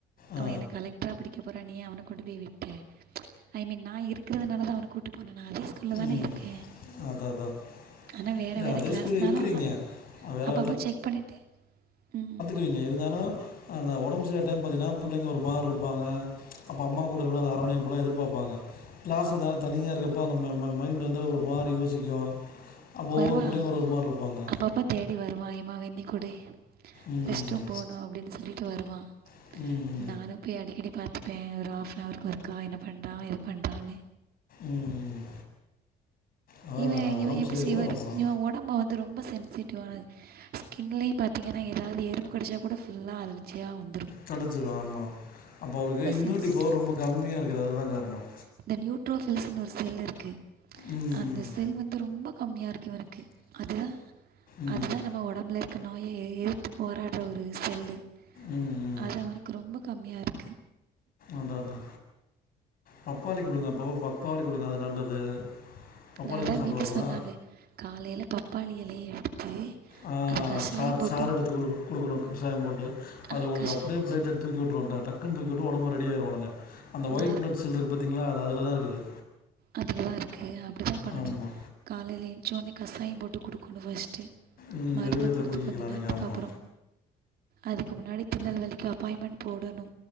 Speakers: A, on the right (about 65°); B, on the left (about 60°).
A: அவன்
B: ஆ
A: என்ன கலெக்ட்ரா படிக்க போறான் நீ அவன கொண்டு போய் விட்ட ஐ மீன் நா இருக்கறதுனாலதா அவன கூட்டு போனானா அஜஸ் த்துள்ளதான
B: ம்
A: இருக்கேன்
B: அதான் அதான்
A: ஆனா வேற
B: இல்லை
A: வேற
B: அதே ஸ்கூலில்
A: ஸ்னாலூ
B: இருக்கிறீங்க அது வேற
A: அப்ப அப்ப செக் பண்ணிட்டு ம்
B: ங்க இருந்தாலு அந்த ஒடம்பு சரியில்லா டைம் பாத்தீனா புள்ளைங்க ஒரு மார் இருப்பாங்க அப்ப அம்மா கூட இருக்கணு அந்த அரவனைப்பெல்லா எதிர்பார்ப்பாங்க கிளாஸ்லனா தனியா இரு அப்போ அந்த மை மைண்ட் வந்து ஒரு மாரி யோசிக்கும் அப்போ ஒவ்வொரு
A: வருவான்
B: புள்ளைங்க ஒரு ஒரு மாரி இருப்பாங்க
A: அப்பப்போ தேடி வருவான் எம்மா வெண்ணி கொடு
B: ம்
A: ரெஸ்ட்ரூம் போகுணு அப்டின்னு சொல்லிட்டு வருவான்
B: ம் ம்
A: நானும் போய் அடிக்கடி பாத்துப்பேன் ஒரு ஹாஃப் அன் அவர்க்கு ஒர்க்கா என்ன பண்றான் ஏது பண்ணுறான்னு
B: ம் ம் அதான்
A: இவன்
B: நான்
A: இவன்
B: உடம்பு
A: எப்டி
B: சரியாக
A: செய்வாரு
B: கூட அனுப்பலாம்
A: இவன் ஒடம்ப வந்து ரொம்ப சென்சிட்டிவ் ஆனது ஸ்கின்லயும் பாத்தீங்கன்னா எதாவது எறும்பு கடிச்சா கூட ஃபுல்லா அலர்ஜியா வந்துரு
B: தடுச்சிரு ஆமா அப்போ அவருக்கு இம்யூனிட்டி
A: சென்சிட்டிவ்
B: பவர் ரொம்ப கம்மியாஇருக்குது அதுதான் காரணோ
A: இந்த நியூட்ரோஃபில்ஸ்ன்னு ஒரு செல்லூ இருக்கு
B: ம்
A: அந்த செல் வந்து ரொம்ப கம்மியா இருக்கு இவனுக்கு அதா
B: ம் ம்
A: அதுதா நம்ம ஒடம்புல க்கு நோய எதுத்து போராடுற ஒரு செல்லு
B: ம் ம்
A: அது அவனுக்கு ரொம்ப கம்மியா இருக்கு
B: அதா அதா பப்பாளி குடுங்க அப்ப அப்ப பப்பாளி குடுங்க அது நல்லது. பப்பாளிலா
A: நா அதா
B: சாப்டுவாருங்களா
A: வீட்ல சொன்னாங்க காலைல பப்பாளி எலய எடுத்து
B: ஆ
A: அதை கஷாயம்
B: சார்
A: போட்டு
B: சார் எடுத்து குடு குடுக்கணு கஷாயம் போட்டு அதுல
A: ஆ,
B: உங்களுக்கு
A: கஷாயம்
B: அப்டியே ப்ளேட் எடு தூக்கி வுட்டுருவட டக்குன் தூக்கிவுட்டு ஒடம்பு ரெடியாயிரு ஒடனே அந்த ஒயிட்
A: அது
B: பிளட் செல்ருக்கு பாத்தீங்ளா அது அதுல தா இருக்குது.
A: அதுலதா இருக்கு அப்டிதா பண்ணணு
B: ஆமா
A: காலையில எஞ்சோனே கஷாய போட்டு குடுக்கனு ஃபஸ் டு
B: ம்
A: மருந்து
B: வெறு வயித்துல
A: கொடுத்து
B: குடிக்க
A: கொஞ்ச
B: வைக்கலா
A: நேரத்துக்கு
B: நீங்க ஆமா
A: அப்புறோ அதுக்கு முன்னாடி திருநெல்வேலிக்கு அப்பாயின்மென் போடனு